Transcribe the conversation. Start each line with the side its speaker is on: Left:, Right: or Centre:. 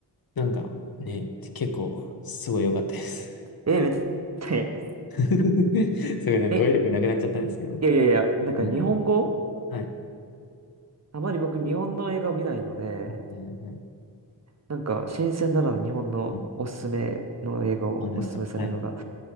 Left: なんかね、結構、すごい良かったです。
Right: え、めっちゃ、
Left: <laughs> すごい、なんか語彙力なくなっちゃったんですけど。
Right: え、いやいやいや、なんか日本語
Left: うんはい。
Right: あまり僕日本の映画を見ないので、
Left: ははい
Right: なんか新鮮だなの日本のおすすめの映画をおすすめされるのが、
Left: うんあ、ですか。はい。